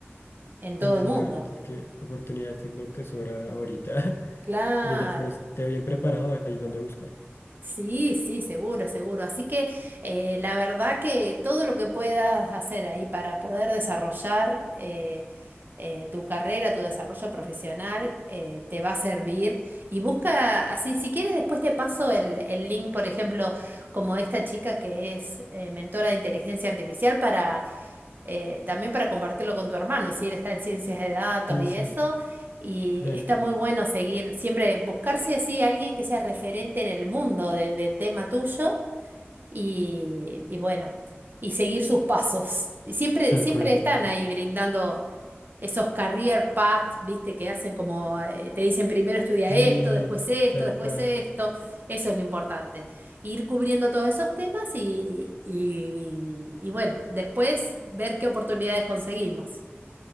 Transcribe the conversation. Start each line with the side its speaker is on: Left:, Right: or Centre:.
Right: en todo
Left: Sí, sí,
Right: el mundo.
Left: la verdad es que oportunidades es lo que sobra ahorita.
Right: Claro.
Left: <laughs> Mientras que uno esté bien preparado, hay donde buscar.
Right: Sí, sí, seguro, seguro. Así que eh, la verdad que todo lo que puedas hacer ahí para poder desarrollar eh, eh, tu carrera, tu desarrollo profesional, eh, te va a servir. Y busca, así, si quieres, después te paso el, el link, por ejemplo, como esta chica que es eh, mentora de inteligencia artificial eh, también para compartirlo con tu hermano, si él está en ciencias de datos
Left: Sí,
Right: y
Left: sí,
Right: eso, y
Left: dale,
Right: está
Left: dale.
Right: muy bueno seguir, siempre buscarse así alguien que sea referente en el mundo de- del tema tuyo y, y bueno, y seguir sus pasos. Y siempre,
Left: Tal
Right: siempre
Left: cual,
Right: están
Left: tal cual.
Right: ahí brindando esos career path, viste, que hacen como, eh, te dicen primero estudia
Left: Sí,
Right: esto, después esto,
Left: tal
Right: después
Left: cual.
Right: esto, eso es lo importante. Ir cubriendo todos esos temas y, y, y bueno, después ver qué oportunidades conseguimos.